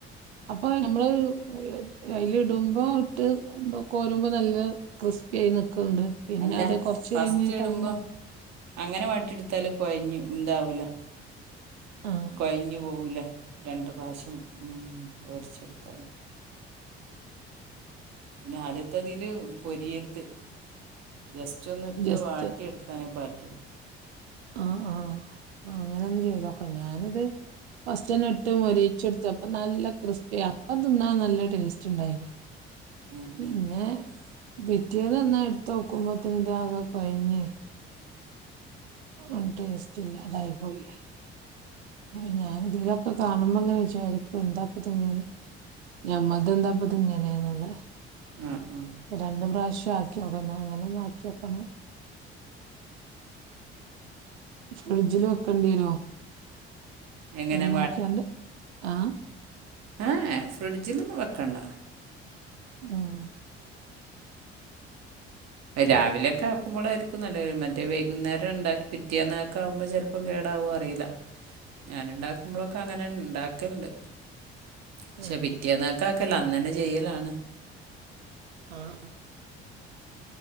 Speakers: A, on the right; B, on the right.
A: അപ്പൊ നമ്മള് അയ്ല് ഇടുമ്പൊ ഇട്ട് കോരുമ്പോ നല്ലെ ക്രിസ്പ്യായി നിക്ക്ണ്ട് പിന്നെ
B: അല്ല
A: അത് കൊർച്ച്
B: ഫസ്റ്റ്
A: കഴിഞ്ഞ്‌
B: ഇടുമ്പോൾ
A: ടൈമ്
B: അങ്ങനെ വാട്ടിട്ത്താല് കൊഴഞ്ഞു ഇതാവൂല
A: ആഹ്
B: കൊഴഞ്ഞു പോവൂല രണ്ട് പ്രാവശ്യം പൊരിച്ച്ട്ത്താല് പിന്നെ ആദ്യത്തെതില് പൊരിയര്ത് ജസ്റ്റ് ഒന്ന് ഇട്ട്
A: ജസ്റ്റ്
B: വാട്ടി ഇട്ക്കാനെ പറ്റൂ
A: ആഹ് ആഹ് അങ്ങനൊന്ന് ചെയ്തോക്കണം ഞാനിത് ഫസ്റ്റന്നെ ഇട്ട് മൊരീച്ച്ട്ത്ത് അപ്പ നല്ല ക്രിസ്പ്പ്യ അപ്പം തിന്നാ നല്ല ടേസ്റ്റ് ഇണ്ടായ്നി
B: ഉം
A: പിന്നെ
B: ഉം
A: പിറ്റേന്ന് തിന്ന എടുത്ത് നോക്കുമ്പോ ഇതാകെ കൊഴഞ് ഒര് ടേസ്റ്റ് ഇല്ലതായി പോയി അഹ് ഞാന ഇതിലൊക്കെ കാണുമ്പോ ഇങ്ങനെ വിചാരിക്കു എന്താപ്പ തിങ്ങനെ ഞമ്മൾത് എന്താപ്പതിങ്ങനെയന്നുള്ള
B: ഉം ഉം
A: രണ്ട് പ്രാവശ്യ ആക്കി നോക്ക് അങ്ങനെ ഒന്ന് ആക്കി നോക്കണം ഫ്രിഡ്ജിൽ വെക്കേണ്ടി വരോ
B: എങ്ങനെ
A: അങ്ങാനായാകിയാണ്ട് ആഹ്
B: ആഹ് ഏ ഫ്രിഡ്ജിലൊന്നും വെക്കണ്ട
A: ഉം
B: രാവിലെക്കെ ആക്കുമ്പോഴായിരിക്കും നല്ല മറ്റേ വൈകുന്നേരം ഇണ്ടാക്കി പിറ്റ പിറ്റേ നേക്കാവുമ്പൊൾ ചെലപ്പം കേടാവൊ അറിയില്ല ഞാൻ ഇണ്ടാക്കുമ്പോളൊക്കെ അങ്ങനെ ഇണ്ടാക്കലണ്ട് പക്ഷെ
A: ഉം
B: പിറ്റിയന്നക്ക ആക്കല്ല അന്ന് തന്നെ ചെയ്യലാണ്
A: ആഹ്